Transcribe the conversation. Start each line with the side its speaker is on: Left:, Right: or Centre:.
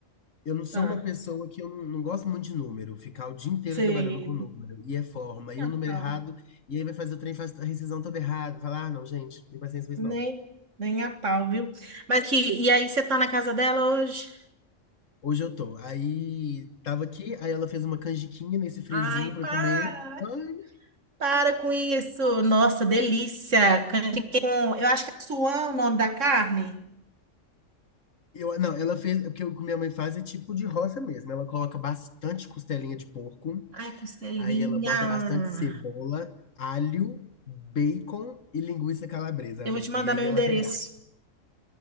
Left: eu não sou
Right: Ah,
Left: uma pessoa que eu não, não gosto muito de número, ficar o dia inteiro
Right: sei.
Left: trabalhando com número, e é forma, e
Right: Nem
Left: o número
Right: a pau.
Left: errado, e aí vai fazer o trem, faz a rescisão toda errada, falar, ah, não, gente, não tem paciência pra isso,
Right: Nem,
Left: não.
Right: nem a pau, viu? Mas que, e aí, você tá na casa dela hoje?
Left: Hoje eu tô. Aí tava aqui, aí ela fez uma canjiquinha nesse friozinho
Right: Ai,
Left: pra
Right: para,
Left: comer. Ai,
Right: para com isso. Nossa, delícia. Canjiquinha com, eu acho que é suã o nome da carne.
Left: eu, não, ela fez, porque o que minha mãe faz é tipo de roça mesmo. Ela coloca bastante costelinha de porco,
Right: Ai, costelinha.
Left: aí ela bota bastante cebola, alho, bacon e linguiça calabresa,
Right: Eu
Left: amiga.
Right: vou te mandar
Left: E aí
Right: meu endereço.
Left: ela regaça.